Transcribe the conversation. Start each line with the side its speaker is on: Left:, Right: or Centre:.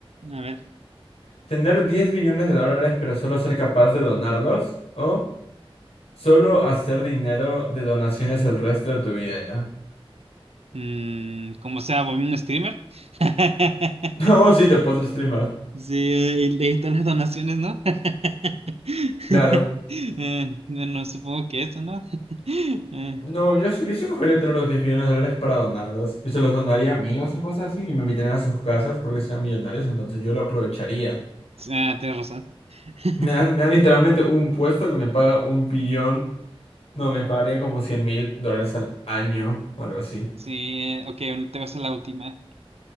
Right: A ver.
Left: ¿Tener 10 billones de dólares pero solo ser capaz de donarlos? ¿O solo hacer dinero de donaciones el resto de tu vida? <laughs>
Right: Mm, como sea, voy un streamer. <laughs>
Left: No, sí, te puedes streamer.
Right: Sí, y le están las donaciones, ¿no? <laughs>
Left: Claro.
Right: Eh, no, no, supongo que eso, ¿no? <laughs> Eh,
Left: No, yo, yo sí cogería tener los 10 millones de dólares para donarlos. Yo se los donaría a amigos o cosas así y me invitarían a sus casas porque sean millonarios, entonces yo lo aprovecharía.
Right: ah, tienes razón. <laughs>
Left: Me dan, me dan literalmente un puesto que me paga un billón, no, me pagaría como cien mil dólares al año o algo así.
Right: Sí, eh, ok, bueno, te voy a hacer la última.